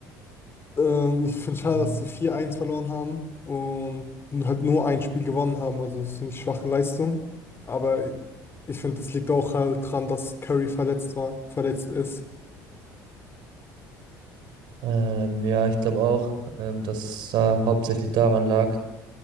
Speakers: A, on the left; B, on the right.
A: ähm, ich finde es schade,
B: Mhm.
A: dass sie vier eins verloren haben und halt nur ein Spiel gewonnen haben. Also das ist eine schwache Leistung. Aber ich finde, das liegt auch halt dran, dass Curry verletzt war, verletzt ist.
B: Ähm, ja, ich glaube auch, ähm, dass da hauptsächlich daran lag.